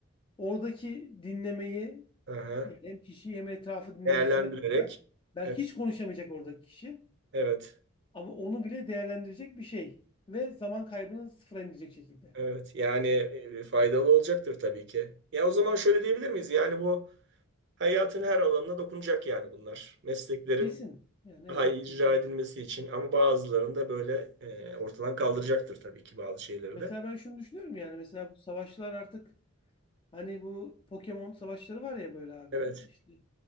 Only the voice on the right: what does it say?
Aha.
Değerlendirerek.
Evet.
Evet.
Evet. Yani e, faydalı olacaktır tabii ki. Ya o zaman şöyle diyebilir miyiz? Yani bu hayatın her alanına dokunacak yani bunlar. Mesleklerin
daha
iyi icra
edilmesi için ama bazılarını da böyle e, ortadan kaldıracaktır tabii ki bazı şeyleri
de.
Evet.